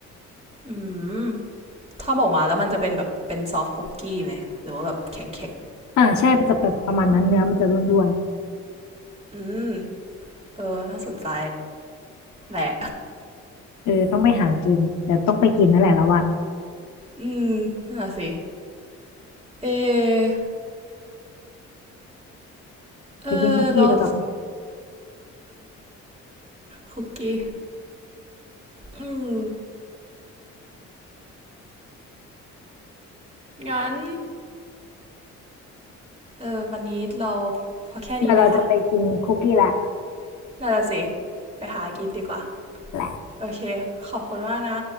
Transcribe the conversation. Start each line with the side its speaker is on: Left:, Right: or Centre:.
Right: อืมถ้าออกมาแล้วมันจะเป็นแบบเป็นซอฟต์คุกกี้ไหมหรือว่าแบบแข็ง
Left: อ่าใช่จะแบบประมาณนั้นเนื้อมันจะร่วน
Right: ๆอืมเออน่าสนใจแหละ
Left: ๆเออต้องไปหากินเดี๋ยวต้องไปกินนั่นแหละแล้วว่า
Right: อืมน่าสิ เออเออแล้ว
Left: ไปกินฮอกกี้ดีกว่าไหม
Right: คุกกี้ อืม งั้น เออวันนี้เราพอแค่นี้ไหมคะ
Left: เดี๋ยวเราจะไปกินคุกกี้ละ
Right: น่าจะสิ ไปหากินดีกว่า
Left: แหละ
Right: โอเค ขอบคุณมากนะ